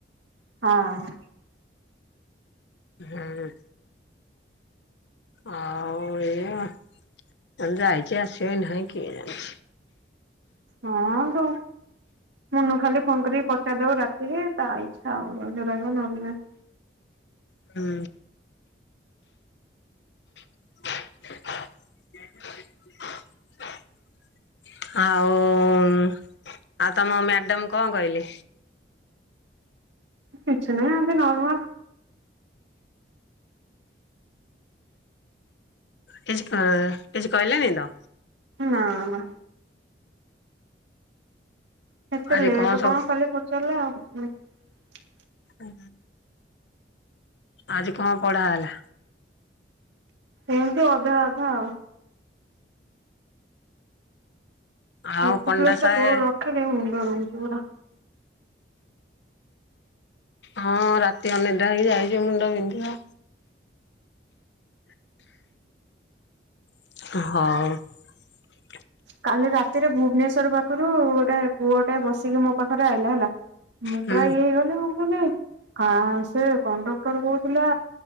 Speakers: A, on the right; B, on the left.
A: ହଁ।
B: ହୁଁ। ଆଉ ଏଇଆ। ହଁ ଯାଇଛି ଆସିବେ ନାହି କିଏ ଜାଣେ।
A: ହଁ ବୋଉ। ମୁନୁ ଖାଲି ଫୋନ କରିକି ପଚାରି ଦବ ରାତିକି ତା ଇଚ୍ଛା ଆଉ ରହିଲେ ରହିବ ନହଲେ ନାହିଁ।
B: ହୁଁ। <unintelligible> ଆଉ ଉଁ। ଆଉ ତମ ମ୍ୟାଡାମ କଁ କହିଲେ।
A: କିଛି ନାହିଁ ଏମିତି ନର୍ମାଲ।
B: କିଛି କ କିଛି କହିଲେନି ତ।
A: ନା ନା ଏତେ
B: ଆଜି
A: ଲେଟ
B: ସବୁ
A: କଣ ଖାଲି ପଚାରିଲେ ଆଉ କିଛି ନାହିଁ।
B: ଉହୁଁ। ଆଜି କଣ ପଢା ହେଲା।
A: ଏମିତି ଅଧା ଅଧା ଆଉ‌।
B: ଆଉ
A: ମେଥପଲ୍ସ
B: ପଣ୍ଡା
A: ଟା
B: ସାହେବ
A: କୋଉଠି ରଖିଲି ମୁଣ୍ଡ ବିନ୍ଧୁଚି ମୋରୋ।
B: ହଁ ରାତି ଅନିଦ୍ରା ହେଇକି ଯାଇଚୁ ମୁଣ୍ଡ ବିିନ୍ଧିବ। ହଁ।
A: କାଲି ରାତିରେ ଭୁବନେଶ୍ଵର ପାଖୁରୁ ଗୋଟେ ପୁଅ ଟେ ବସିକି ମୋ ପାଖରେ ଆଇଲା ହେଲା। ମୁଁ
B: ହୁଁ
A: ପ୍ରାୟ ଇଏ ହେଇଗଲି ମୁଁ କହିଲି ଆଁ ସେ କଣ୍ଡକ୍ଟର କୋହୁଥିଲା।